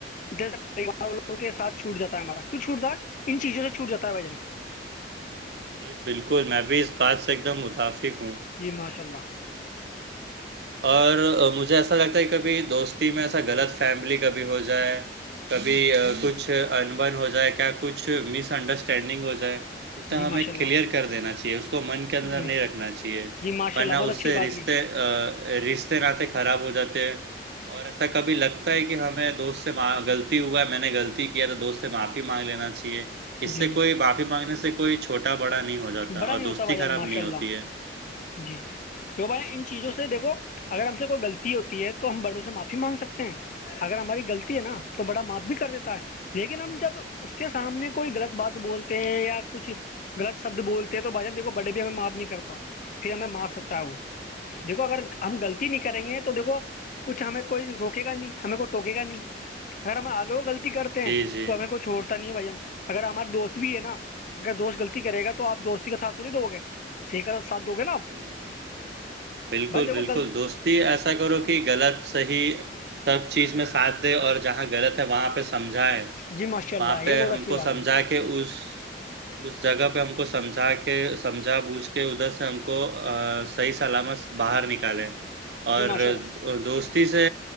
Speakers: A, on the left (about 45°); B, on the right (about 65°).
A: جدھر سے پریوار والوں کے سھ چھوٹ جا ہے ہمارا کیوں چھوٹتا ہے ان چیزوں سے چھوٹاتا ہے بھ جن
B: جی بالکل میں بھی اس بات سے ایک دم متفق ہوں
A: جی ماشاء اللہ
B: اور مجھے ایسا لگتا ہے کبھی دوستی میں ایسا غلط فیملی کبھی ہو جائے کبھی کچھ انبن ہو جائے کیا کچھ مس انڈرسٹینڈنگ ہو جائے اسے
A: جی
B: ہمیں
A: ماشاء اللہ
B: کلیئر کر دینا چاہیے اس کو من کے اندر
A: جی
B: نہیں رکھنا چاہیے
A: جی ماشاء
B: ورنہ
A: اللہ بہت
B: اس
A: اچھی
B: سے
A: بات
B: رشتے
A: کی
B: رشتے ناطتے خراب ہو جاتے ہیں اور ایسا کبھی لگتا ہے کہ ہمیں دوست سےغلی ہوا ہے میں نے غلطی کیا تو دوست سے معافی مانگ لینا چاہیے
A: جی
B: اس سے کوئی بافی مانگنے سے کوئی چھ چھوٹا بڑا نہیں ہو جاتا
A: بڑا
B: اور
A: نہیں
B: دوستی
A: ہوتا بھائی
B: خراب
A: جان ماشاء
B: نہیں ہوتی
A: اللہ
B: ہے
A: جی تو بھ
B: جی،
A: ان
B: جی،
A: چیزوں سے دیکھو گر ہم سے کوئی غلی ہوتی ہے تو ہم بڑوں سے معافی مانگ سکتے ہیں اگر ہماری غلطی
B: جی،
A: ہے نا تو بڑا معاف بھی کر دیتا ہے لیکن ہم جب اس کے سامنے کوئی غلط بات بولتے ہیں یا کچھ غلط شبد بولتے ہیں تو بھائیا دیک کو بڈے بھی ہمیں معاف نہیں کرتا پھر ہمیں مار سکتا ہے وہ دیکھو اگر ہم غلطی نہیں کریں گے تو دیکھو کچھ ہمیں کوئی روکے گا نہیں ہمیں کوئی ٹکے گا نہیں اگر ہم آگے ہو گغلط کرتے
B: جی،
A: ہیں
B: جی۔
A: تو ہمیں کوئی چھوڑتا نہیں ہے بھان اگر ہمارے دوست بھی ہے نا اگر دوست غلط کرے گا تو آپ دوستی کااتھ تھوڑی دو گے س کا ساتھ دو گے نا آپ
B: جی جی بالکل
A: بھائی دیکھو
B: بالکل
A: غلط
B: دوستی ایسا کرو کہ غلط صحی سب چیز میں ساتھ دے اور جہاں غلط ہے وہاں پہ سب سمجھاائے
A: جی ماشاء
B: وہاں
A: اللہ
B: پہ
A: یہ بہت
B: ہم
A: اچھی
B: کو
A: بات
B: سمجھا
A: ہے
B: کے اس اس جگہ پہ ہم کو سمجھا کے سمجھا بوجھ کے ادھر سے ہم کو صحیح سلامت سے باہر نکالیں اور
A: جی ماشاء اللہ
B: دوست سے